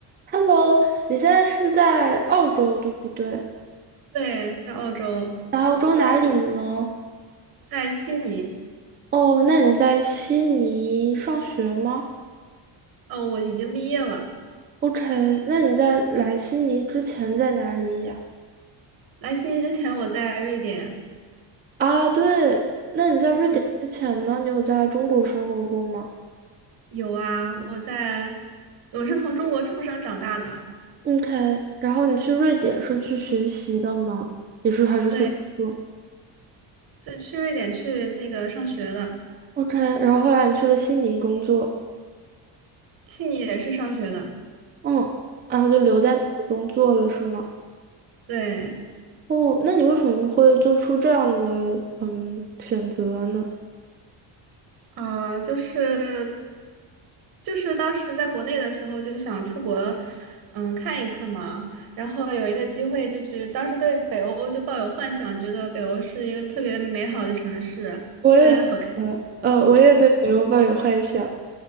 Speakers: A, on the right (about 25°); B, on the right (about 50°).
A: Hello，你现在是在澳洲对不对？
B: 对，在澳洲，
A: 在澳洲哪里呢？
B: 在悉尼。
A: 哦，那你在悉尼上学吗
B: 哦，我已经毕业了。
A: ？OK，那你在来悉尼之前在哪里呀？
B: 来悉尼之前，我在瑞典。
A: 啊，对，那你在瑞典之前呢？
B: 嗯，
A: 你有在中国生活过吗
B: 有啊，我在，我是从中国出生长大的。
A: ？OK，然后你去瑞典是去学习的吗？也是还是去工作
B: 对，就去瑞典去那个上学的，
A: ？OK，然后后来你去了悉尼工作，
B: 悉尼也是上学的。
A: 嗯，然后就留在那里工作了是吗？
B: 嗯，对。
A: 哦，那你为什么会做出这样的嗯选择呢？
B: 啊，就是就是当时在国内的时候就想出国，嗯，看一看嘛。然后有一个机会，就是当时对北欧就抱有幻想，觉得北欧是一个特别美好的城市，
A: 我也，
B: 特别好看。
A: 呃，呃，我也对北欧抱有幻想。